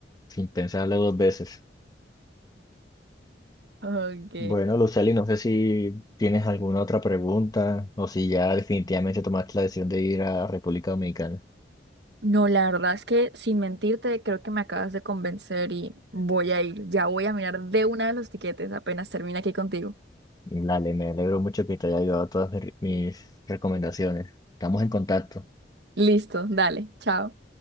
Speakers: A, on the left (about 20°); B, on the right (about 70°).
A: sin pensarlo dos veces.
B: Ok.
A: Bueno, Luceli, no sé si tienes alguna otra pregunta o si ya definitivamente tomaste la decisión de ir a República Dominicana.
B: No, la verdad es que sin mentirte, creo que me acabas de convencer y voy a ir. Ya voy a mirar de una de los tiquetes apenas termine aquí contigo.
A: Dale, me alegro mucho que te haya ayudado todas mis mis recomendaciones. Estamos en contacto.
B: Listo, dale, chao.